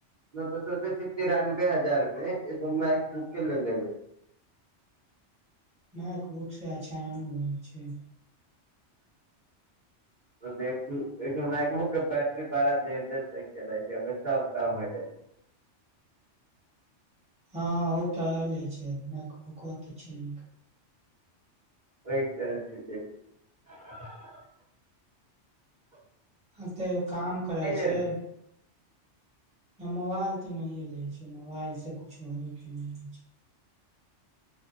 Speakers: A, on the right (about 40°); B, in the centre.
A: नहि तऽ सोचे छै तिरानबे हजार मै एगो मैक बुके लेबई
B: नक भुक से अचान होइ छै <unintelligible>
A: देख देखियौ मैकबो के बैटरी बड़ा देर देर तक चले छै ओ सब काम हो जाइ छै
B: हँ ओ तऽ हले छैे <unintelligible>
A: ओहि क छै <unintelligible> <inaudible>
B: ह ते काम करै
A: लेलू
B: छै मोबाइल ते नै ले छै मोबाइल से कुछो होय के नैहे छै